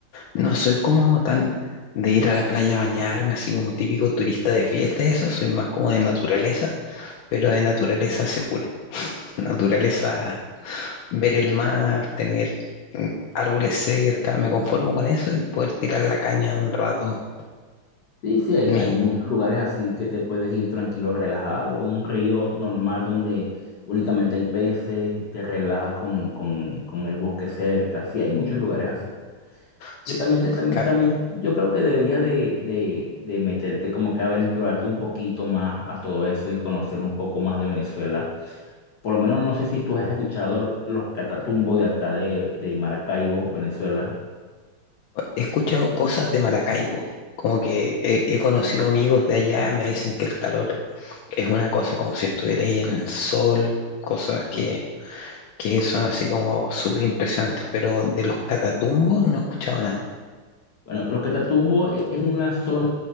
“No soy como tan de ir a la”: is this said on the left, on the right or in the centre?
Left